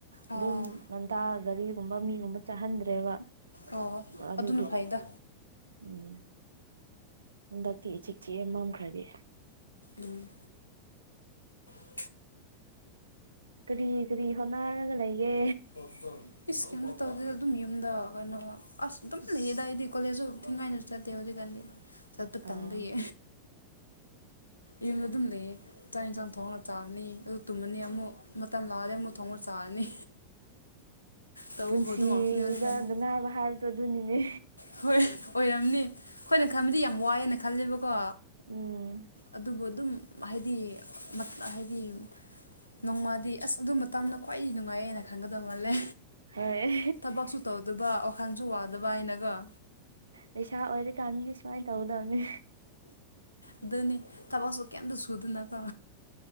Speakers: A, on the left (about 80°); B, on the right (about 75°).
A: ꯑꯥ
B: ꯑꯗꯨꯝ ꯉꯟꯇꯥ ꯒꯥꯔꯤꯒꯨꯝꯕ ꯃꯤꯒꯨꯝꯕ ꯆꯥꯍꯟꯗ꯭ꯔꯦꯕ
A: ꯑꯣ
B: ꯑꯗꯨꯒꯤ
A: ꯑꯗꯨꯅ ꯐꯩꯗ
B: ꯎꯝ ꯍꯟꯗꯛꯇꯤ ꯏꯆꯤ ꯆꯤꯛꯑꯦ ꯃꯝꯈ꯭ꯔꯗꯤ
A: ꯎꯝ <unintelligible>
B: ꯀꯔꯤ ꯀꯔꯤ ꯍꯣꯠꯅꯔꯒ ꯂꯩꯒꯦ
A: <unintelligible> ꯏꯁ ꯀꯤꯝꯇ ꯇꯧꯗꯦꯗ ꯑꯗꯨꯝ ꯌꯨꯝꯗ ꯀꯩꯅꯣ ꯑꯁ ꯑꯗꯨꯝ ꯂꯩꯌꯦꯗꯥ ꯑꯩꯗꯤ ꯀꯂꯦꯖꯁꯨ ꯊꯤꯡꯉꯥꯏ ꯆꯠꯇꯦ ꯍꯧꯖꯤꯛ ꯀꯥꯟꯗꯤ ꯆꯠꯄ
B: ꯑꯥ
A: ꯇꯥꯟꯕꯒꯤ ꯌꯨꯝꯗ ꯑꯗꯨꯝ ꯂꯩꯌꯦ ꯆꯥꯛ ꯌꯦꯟꯁꯥꯡ ꯊꯣꯡꯉꯒ ꯆꯥꯔꯅꯤ ꯑꯗꯨ ꯇꯨꯝꯃꯅꯤ ꯑꯃꯨꯛ ꯃꯇꯝ ꯂꯥꯛꯑꯗꯤ ꯑꯃꯨꯛ ꯊꯣꯡꯉꯒ ꯆꯥꯔꯅꯤ ꯇꯧꯕꯕꯨ
B: ꯄꯨꯟꯁꯤꯗ
A: ꯑꯗꯨ ꯉꯥꯛꯇꯅꯤ ꯍꯧꯖꯤꯛꯀꯥꯟꯗꯤ
B: ꯅꯨꯡꯉꯥꯏꯕ ꯍꯥꯏꯕꯗꯣ ꯑꯗꯨꯅꯤꯅꯦ
A: ꯍꯣꯏ ꯑꯣꯏꯔꯝꯅꯤ ꯑꯩꯏꯅ ꯈꯟꯕꯗꯤ ꯌꯥꯝ ꯋꯥꯏꯑꯦꯅ ꯈꯜꯂꯦꯕꯀꯣ
B: ꯎꯝ
A: ꯑꯗꯨꯕꯨ ꯑꯗꯨꯝ ꯍꯥꯏꯗꯤ ꯃꯠ ꯍꯥꯏꯗꯤ ꯅꯣꯡꯃꯗꯤ ꯑꯁ ꯑꯗꯨ ꯃꯇꯝꯗꫭ ꯈ꯭ꯋꯥꯏꯗꯒꯤ ꯅꯨꯡꯉꯥꯏꯌꯦꯅ ꯈꯟꯒꯗꯧ ꯃꯥꯜꯂꯦ
B: ꯍꯣꯏ
A: ꯊꯕꯛꯁꯨ ꯇꯧꯗꯕ ꯋꯥꯈꯜꯁꯨ ꯋꯥꯗꯕ ꯍꯥꯏꯅꯀꫭ
B: ꯄꯩꯁꯥ ꯑꯣꯏꯔꯀꯥꯟꯗꯤ ꯁꯨꯃꯥꯏꯅ ꯇꯧꯗꯕꯅꯦ
A: ꯑꯗꯨꯅꯤ ꯊꯕꯛꯁꯨ ꯀꯩꯝꯇ ꯁꯨꯗꯅꯀ